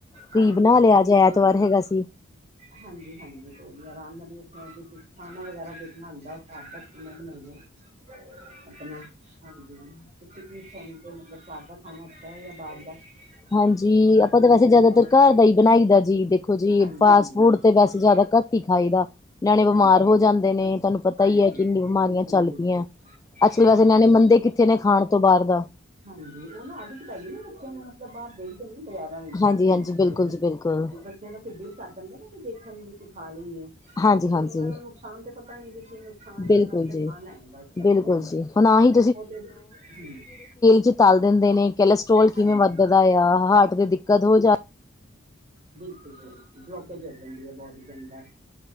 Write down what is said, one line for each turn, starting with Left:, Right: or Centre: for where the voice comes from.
Left: ਕੀ
Right: ਹਾਂਜੀ
Left: ਬਣਾ
Right: ਬਸ
Left: ਲਿਆ
Right: <unintelligible>
Left: ਅੱਜ ਐਤਵਾਰ ਹੈਗਾ ਸੀ,
Right: ਹਾਂਜੀ-ਹਾਂਜੀ ਕੋਈ ਆਰਾਮ ਨਾਲ ਖਾਣਾ ਵਗੈਰਾ ਬਣਾਉਂਦਾ ਖਾਧਾ ਕਿੰਨੇ ਬਣਾਉਣਾ ਐ। ਆਪਣਾ ਹਾਂਜੀ ਤੁਸੀਂ ਕੀ ਸਮਝਦੇ ਹੋ। ਘਰ ਦਾ ਖਾਣਾ ਅੱਛਾ ਐ ਜਾਂ ਬਾਹਰ ਦਾ?
Left: ਹਾਂਜੀ
Right: ਫੂਡ
Left: ਆਪਾਂ ਤਾਂ ਵੈਸੇ ਜ਼ਿਆਦਾਤਰ
Right: ਜਾਂ
Left: ਘਰ
Right: ਫਾਸਟ
Left: ਦਾ ਹੀ ਬਣਾਈ
Right: ਫੂਡ
Left: ਦਾ ਜੀ ਦੇਖੋ ਜੀ।
Right: ਹਾਂਜੀ
Left: ਫਾਸਟ ਫੂਡ
Right: ਬਿਲਕੁਲ
Left: ਤੇ ਵੈਸੇ ਜ਼ਿਆਦਾ ਘੱਟ ਹੀ ਖਾਈ ਦਾ। ਨਿਆਣੇ ਬਿਮਾਰ
Right: ਹਾਂਜੀ
Left: ਹੋ
Right: ਬਿਲਕੁਲ
Left: ਜਾਂਦੇ ਨੇ ਤੁਹਾਨੂੰ ਪਤਾ ਪਤਾ
Right: ਹਾਂਜੀ
Left: ਹੀ ਹੈ ਕਿੰਨੀ ਬਿਮਾਰੀਆਂ
Right: ਬਿਲਕੁਲ
Left: ਚੱਲ
Right: ਜੀ ਬਿਲਕੁਲ
Left: ਪਈਆਂ। ਅੱਜ ਕੱਲ੍ਹ ਵੈਸੇ
Right: ਹਾਂਜੀ
Left: ਨਿਆਣੇ
Right: ਹਾਂ
Left: ਮੰਨਦੇ ਕਿੱਥੇ ਨੇ ਖਾਣ ਤੋਂ ਬਾਹਰ ਦਾ।
Right: ਹਾਂਜੀ ਉਹ ਨਾ ਆਦਤ ਪੈ ਗਈ ਨਾ ਬੱਚਿਆਂ ਨੂੰ ਮਤਲਬ ਬਾਹਰ ਦੇਖ ਕੇ ਬਾਜ਼ਾਰ <unintelligible>
Left: ਹਾਂਜੀ-ਹਾਂਜੀ ਬਿਲਕੁਲ ਜੀ ਬਿਲਕੁਲ।
Right: ਦਿਲ ਕਰ ਪੈਂਦਾ ਨਾ ਦੇਖਣ ਨੂੰ ਵੀ ਅਸੀ ਖਾ ਲਈਏ
Left: ਹਾਂਜੀ-ਹਾਂਜੀ।
Right: ਲੇਕਿਨ ਉਹਨਾਂ ਨੂੰ ਨੁਕਸਾਨ ਤੇ ਪਤਾ ਪਤਾ ਨਹੀਂ ਇਹਦੇ ਕੀ ਨੁਕਸਾਨ
Left: ਬਿਲਕੁਲ
Right: ਐ ਉਹਨਾਂ ਨੇ ਤੇ
Left: ਜੀ
Right: ਖਾਣਾ ਬਸ ਬੱਚਿਆਂ
Left: ਬਿਲਕੁਲ
Right: ਨੂੰ
Left: ਜੀ ਹੁਣ ਆਹੀ
Right: ਉਹ ਤੇ ਹੂੰ।
Left: ਵਿੱਚ ਤਲ ਦਿੰਦੇ ਨੇ। ਕਲੈਸਟਰ੍ਰੋਲ ਕਿਵੇਂ
Right: ਹਾਂਜੀ
Left: ਵੱਧਦਾ ਆ ਹਾਰਟ ਤੇ ਦਿੱਕਤ ਹੋ ਜਾ
Right: ਬਿਲਕੁਲ-ਬਿਲਕੁਲ ਬਲੋਕੇਜ ਹੋ ਜਾਂਦੀ ਹੈ ਬੋਡੀ ਦੇ ਅੰਦਰ।